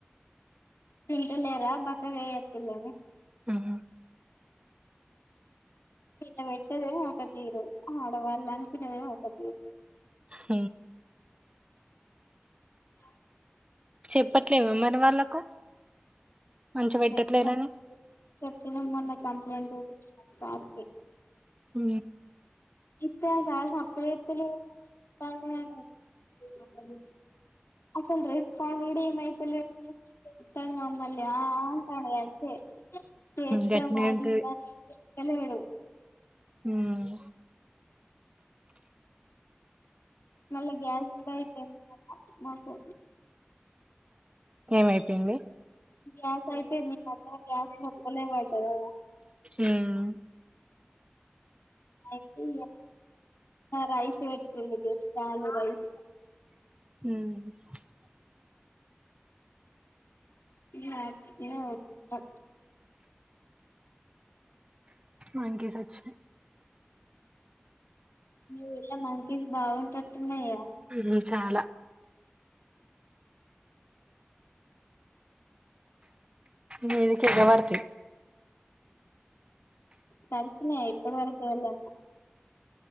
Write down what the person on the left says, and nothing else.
తింటలేరా బక్క అయ్యి వచ్చిళ్ళు అనీ
ఇద పెట్టేది ఒకతీరు ఆడ వాళ్ళు అనుకునేది ఒక తీరు
అ
చెప్పిన చెప్పిన మొన్న కంప్లైంట్ కూడా ఇచ్చినాం సార్కి
ఇప్పుడూ ఆ సారు సప్పుడు చేస్తలేరు చూస్తాడు గాని అసలు రెస్పాం గుడ ఏం అయిత లేదు జస్ట్ చూసి ఆ ఆ అంటాడు అంతె చేస్తా
మాదిగా
ఏమ్ చెప్తా లేదు
మళ్ళా గ్యాస్గూడా అయిపోయింది మాకు
గ్యాస్ అయిపోయిది న అ గ్యాస్ మొక్కలే <unintelligible>
అయితే రైస్ పెట్టిండు జస్ట్ ఆలు రైస్
<unintelligible>
మీ ఊళ్ళ మంకిన్స్ బాగుంటట్టున్నాయా
కరిసినయ ఇప్పుడు వరకు <unintelligible> ళ్ళన్న